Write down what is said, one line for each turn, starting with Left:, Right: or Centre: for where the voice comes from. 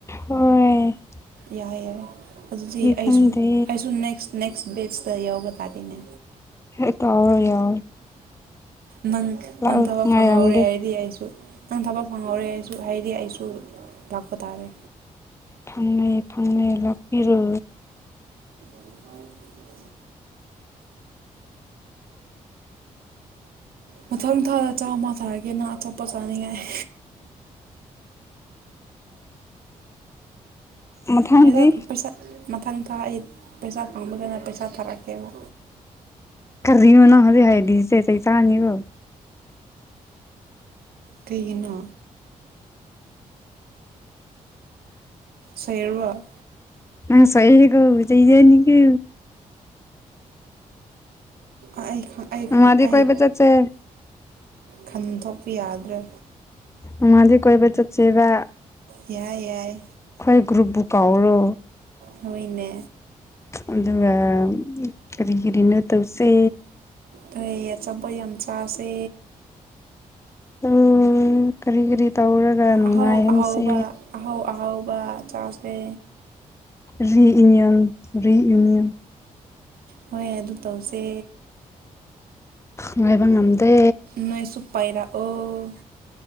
Left: ꯍꯣꯢ
Right: ꯌꯥꯏ ꯌꯥꯏ ꯑꯗꯨꯗꯤ ꯑꯩꯁꯨ
Left: ꯈꯪꯗꯦ
Right: ꯑꯩꯁꯨ ꯅꯦꯛꯁ ꯅꯦꯛꯁ ꯄꯦꯠꯁꯤꯇ ꯌꯥꯎꯕ ꯇꯥꯔꯦꯅꯦ
Left: ꯍꯦ ꯇꯧꯔꯔꯣꯢ ꯌꯥ
Right: ꯅꯪ
Left: ꯂꯥꯛꯑꯣ
Right: ꯅꯪ ꯊꯕꯛ
Left: ꯉꯥꯏꯔꯝꯒꯦ
Right: ꯐꯪꯍꯧꯔꯦ ꯍꯥꯏꯗꯤ ꯑꯩꯁꯨ ꯅꯪ ꯊꯕꯛ ꯐꯪꯍꯧꯔꯦ ꯑꯩꯁꯨ ꯍꯥꯏꯗꯤ ꯑꯩꯁꯨ ꯂꯥꯛꯄ ꯇꯥꯔꯦ
Left: ꯐꯪꯅꯩ ꯐꯪꯅꯩ ꯂꯥꯛꯄꯤꯔꯨ
Right: <unintelligible> ꯃꯊꯪ ꯊꯥꯗ ꯆꯥꯝꯃ ꯊꯥꯔꯛꯒꯦꯅ ꯅꯪ ꯑꯆꯣꯞꯄꯣꯠ ꯆꯥꯅꯤꯡꯉꯥꯏ
Left: ꯃꯊꯪꯗꯤ
Right: ꯄꯩꯁꯥ ꯄꯩꯁꯥ ꯃꯊꯪ ꯊꯥ ꯑꯩ ꯄꯩꯁꯥ ꯐꯪꯕꯒꯅ ꯄꯩꯁꯥ ꯊꯥꯔꯛꯀꯦꯕ
Left: <unintelligible>
Right: ꯀꯩꯒꯤꯅꯣ ꯁꯦꯔꯋꯥ
Left: ꯉ ꯁꯍꯦ ꯍꯦꯛꯒ ꯆꯩꯖꯅꯤ ꯀ
Right: ꯑꯥ ꯑꯩ ꯑꯩ
Left: ꯅꯣꯡꯃꯗꯤ
Right: ꯑꯩ
Left: ꯀꯣꯏꯕ ꯆꯠꯁꯦ
Right: ꯈꯟꯗꯣꯛꯄ ꯌꯥꯗ꯭ꯔꯦ
Left: ꯑꯉꯗꯤ ꯀꯣꯏꯕ ꯆꯠ ꯆꯦꯕ
Right: ꯌꯥꯏ ꯌꯥꯏ
Left: ꯑꯩꯈꯣꯏ ꯒ꯭ꯔꯨꯞꯕꯨ ꯀꯥꯎꯔꯣ
Right: ꯊꯑꯣꯏꯅꯦ
Left: ꯑꯗꯨꯒ ꯀꯔꯤꯒꯤꯔꯤꯅ ꯇꯧꯁꯤ
Right: ꯀꯩ ꯑꯆꯥꯄꯣꯠ ꯌꯥꯝ ꯆꯥꯁꯦ
Left: ꯎꯝ ꯀꯔꯤ ꯀꯔꯤ ꯇꯧꯔꯒ ꯅꯨꯡꯉꯥꯏꯍꯟꯁꯦ
Right: ꯑꯍꯥꯎ ꯑꯍꯥꯎꯕ ꯑꯍꯥꯎ ꯑꯍꯥꯎꯕ ꯆꯥꯁꯦ
Left: ꯔꯤꯌꯨꯅꯤꯌꯟ ꯔꯤꯌꯨꯅꯤꯌꯟ
Right: ꯍꯣꯏ ꯑꯗꯨ ꯇꯧꯁꯦ
Left: ꯉꯥꯏꯕ ꯉꯝꯗꯦ
Right: ꯅꯣꯏꯁꯨ ꯄꯥꯏꯔꯛꯑꯣ